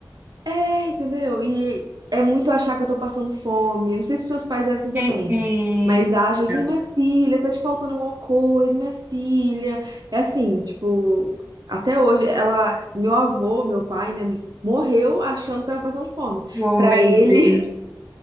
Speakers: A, on the right; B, on the right.
A: É, entendeu? E é muito achar que eu tô passando fome. Não sei se seus pais é assim também.
B: É, é,
A: Mas acha
B: não.
A: que minha filha tá te faltando alguma coisa, minha filha. É assim, tipo, até hoje ela, meu avô, meu pai, né, morreu achando que tava passando fome.
B: Oh,
A: Pra
B: meu
A: ele
B: Deus.